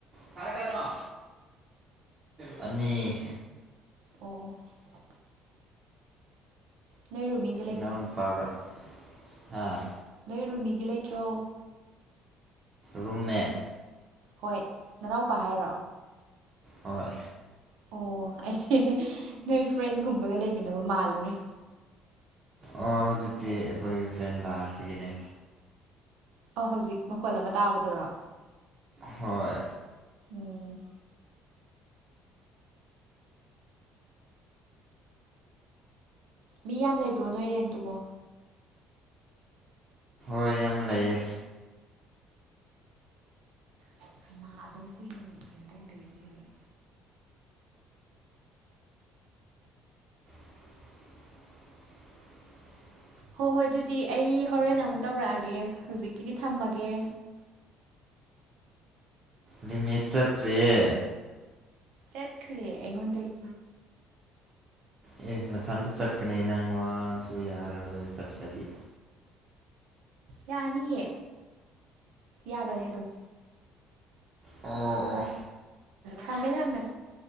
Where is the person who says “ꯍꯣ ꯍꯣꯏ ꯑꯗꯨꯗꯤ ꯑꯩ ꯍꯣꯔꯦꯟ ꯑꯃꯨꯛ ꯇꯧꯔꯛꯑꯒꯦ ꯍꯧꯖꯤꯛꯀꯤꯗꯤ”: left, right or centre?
Right